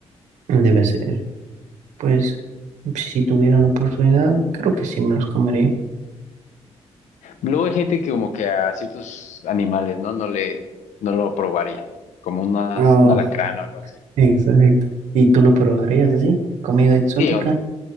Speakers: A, on the right; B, on the left.
A: debe ser. Pues si tuviera la oportunidad, creo que sí me los comería.
B: Luego hay gente que como que a ciertos animales, ¿no? No le, no lo probarían, como unas,
A: Oh,
B: un alacrán o algo así.
A: exacto. ¿Y tú lo probarías así? ¿Comida exótica?
B: Sí, o-